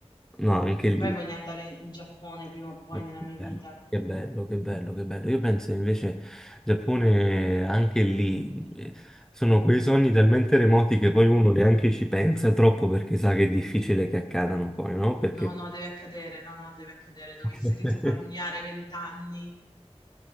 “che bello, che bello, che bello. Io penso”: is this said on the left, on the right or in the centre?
Centre